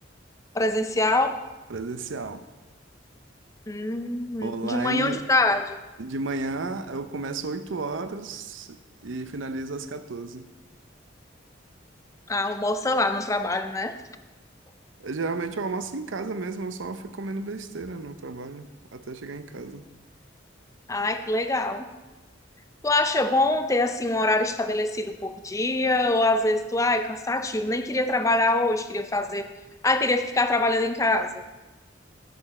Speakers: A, on the left (about 15°); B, on the right (about 80°).
A: Presencial?
B: presencial.
A: Hum,
B: Online
A: de manhã ou de tarde?
B: de manhã eu começo 8 horas e finalizo às 14.
A: Ah, almoça lá no trabalho, né?
B: Eu, geralmente eu almoço em casa mesmo, eu só fico comendo besteira no trabalho até chegar em casa.
A: Ah, que legal. Tu acha bom ter assim um horário estabelecido por dia? Ou às vezes tu, ai, cansativo, nem queria trabalhar hoje, queria fazer, ai, queria ficar trabalhando em casa.